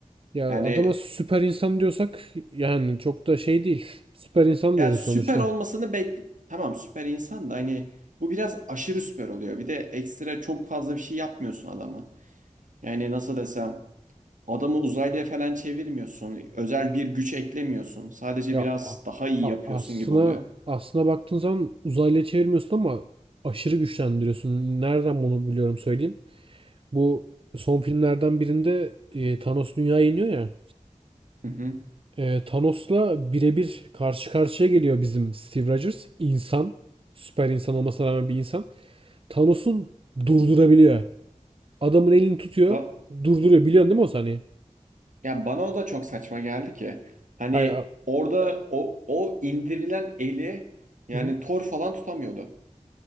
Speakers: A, on the right (about 45°); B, on the right (about 85°).
A: Ya
B: Yani
A: adama süper insan diyorsak yani çok da şey değil. Süper insan
B: Yani
A: diyoruz
B: süper
A: sonuçta.
B: olmasını bek tamam süper insan da hani bu biraz aşırı süper oluyor. Bir de ekstra çok fazla bir şey yapmıyorsun adama. Yani nasıl desem adamı uzaylıya falan çevirmiyorsun. Özel bir güç eklemiyorsun. Sadece
A: Ya
B: biraz
A: a-
B: daha iyi
A: a-
B: yapıyorsun
A: aslına
B: gibi oluyor.
A: aslına baktığın zaman uzaylıya çevirmiyorsun ama aşırı güçlendiriyorsun. Nereden bunu biliyorum söyleyeyim. Bu son filmlerden birinde e, Thanos dünyaya iniyor ya.
B: Hı hı.
A: E, Thanos'la birebir karşı karşıya geliyor bizim Steve Rogers. İnsan. Süper insan olmasına rağmen bir insan. Thanos'un durdurabiliyor. Adamın elini tutuyor.
B: Ba-
A: Durduruyor. Biliyorsun değil mi o sahneyi?
B: ya bana o da çok saçma geldi ki. Hani
A: Hayır. a-
B: orada o o indirilen eli yani
A: Hı hı.
B: Thor falan tutamıyordu.